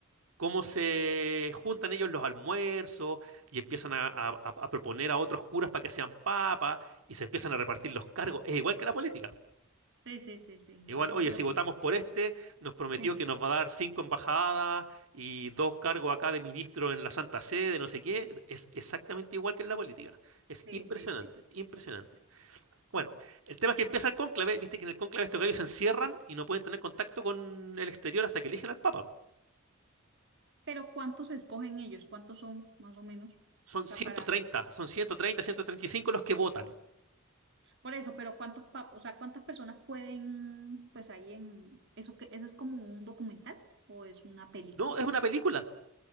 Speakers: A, on the right; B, on the right.
A: cómo se juntan ellos en los almuerzos y empiezan a, a- a- a proponer a otros curas para que sean papas y se empiezan a repartir los cargos. Es igual que la política.
B: Sí, sí, sí, sí,
A: Igual,
B: igual
A: oye,
B: que la
A: si
B: película.
A: votamos por este, nos prometió
B: Sí,
A: que nos va a dar cinco embajadas y dos cargos acá de ministro en la Santa Sede, no sé qué. Es exactamente igual que en la política. Es
B: sí,
A: impresionante,
B: sí, sí.
A: impresionante. Bueno, el tema es que empieza el cónclave, viste que en el cónclave estos gallos se encierran y no pueden tener contacto con el exterior hasta que eligen al Papa. po.
B: Pero ¿cuántos escogen ellos? ¿Cuántos son, más o menos? O
A: Son 130,
B: sea, para...
A: son 130, 135 los que votan.
B: Por eso, pero ¿cuántos papos, o sea, cuántas personas pueden, pues ahí en, eso que, eso es como un documental o es una película?
A: No, es una película,